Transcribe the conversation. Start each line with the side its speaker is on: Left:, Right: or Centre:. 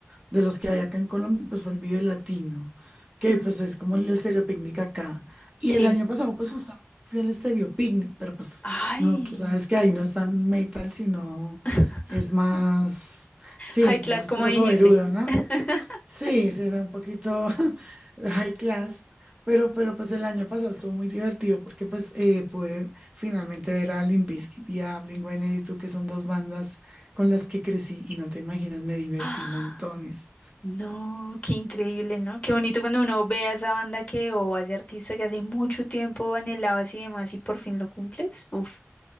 Right: de los que hay acá en Colombia, pues fue el Vive Latino, que
Left: mm,
Right: pues es como el Estéreo Picnic acá. Y
Left: Sí.
Right: el año pasado pues justamente fui al Estéreo Picnic, pero pues
Left: Ay,
Right: no, tú sabes que ahí no es tan metal, sino
Left: <laughs>
Right: es más, sí,
Left: high
Right: es
Left: class,
Right: más
Left: como
Right: grosoveruda,
Left: dijiste.
Right: ¿no?
Left: <laughs>
Right: Sí, sí, es un poquito <laughs> high class, pero, pero pues el año pasado estuvo muy divertido porque pues eh, pude finalmente ver a Limp Bizkit y a Blink-182 que son dos bandas con las que crecí y no te imaginas, me divertí
Left: Ah,
Right: montones.
Left: No, qué increíble, ¿no? Qué bonito cuando uno ve a esa banda que o a ese artista que hace mucho tiempo anhelabas y demás y por fin lo cumples. Uf.